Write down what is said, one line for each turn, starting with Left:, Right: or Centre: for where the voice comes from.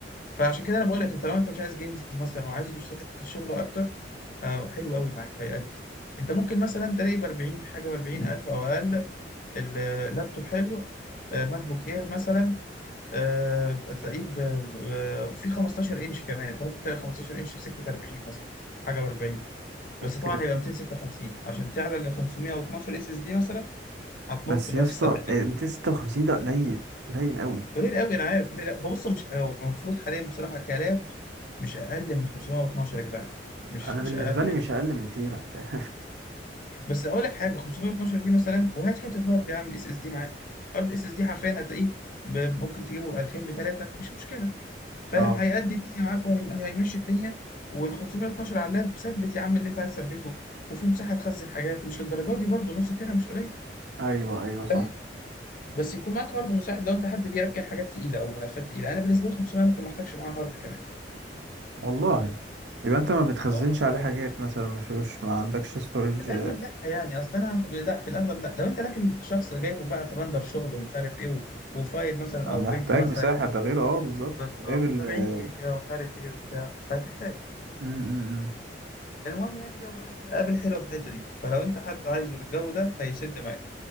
Left: فعشان كده انا بقول لك انت لو انت مش عايز جيمز مثلا وعايز تشت- حته الشغل اكتر فحلو قوي معاك هيأدي انت ممكن مثلا تلاقي ب 40 حاجه ب 40 الف او اقل اللابتوب حلو آه، ماك بوك اير مثلا آه، هتلاقيه ب... ب... في 15 انش كمان انت ممكن تلاقي 15 انش بسكه 40 مثلا حاجه و40 بس
Right: اوكي
Left: طبعا هيبقى 256 عشان تعلى ل 512 اس اس دي مثلا هتنط
Right: بس
Left: بقى
Right: يا اسطى
Left: في السبعينات
Right: آه، 256 ده قليل قليل قوي
Left: قليل قوي انا عارف قليل قوي هو بص مش هو المفروض حاليا بصراحه كلاب مش اقل من 512 يا جدعان مش
Right: انا
Left: مش
Right: بالنسبه
Left: اقل
Right: لي
Left: يعني
Right: مش اقل من تيرا <laughs>
Left: بس اقول لك حاجه 512 دي مثلا وهات حته هارد يا عم اس اس دي معاك هارد اس اس دي حرفيا هتلاقيه ب- ممكن تجيبه 2000 ب 3 مش مشكله فاهم
Right: اه
Left: هيأدي الدنيا معاك وهيمشي الدنيا وال 512 على اللاب ثبت يا عم اللي انت عايز تثبته وفي مساحه تخزن حاجات مش للدرجه دي برضه نص تيرا مش قليل
Right: ايوه ايوه صح
Left: فاهم بس يكون معاك هارد مساعد لو انت حد بيركن حاجات تقيله او ملفات تقيله انا بالنسبه لي 500 ممكن ما احتاجش معاها هارد كمان
Right: والله يبقى انت ما بتخزنش
Left: اه
Right: عليه
Left: اه
Right: حاجات مثلا ما فيهوش ما عندكش ستورج
Left: في الاغلب لا يعني اصل انا لا في الاغلب لا لو انت لكن شخص جايبه بقى ترندر شغل ومش عارف ايه و- وفايل مثلا او
Right: محتاج
Left: فيديو مثلا
Right: مساحه ده غير اه بالظبط
Left: بالظبط
Right: ده غير ال
Left: 70
Right: امم
Left: جيجا ومش عارف ايه وبتاع فهتحتاج
Right: أمم، أمم.
Left: المهم يعني زي ما بقول لك كده ابل حلوه في الحته دي فلو انت حد عايزه للجو ده هيسد معاك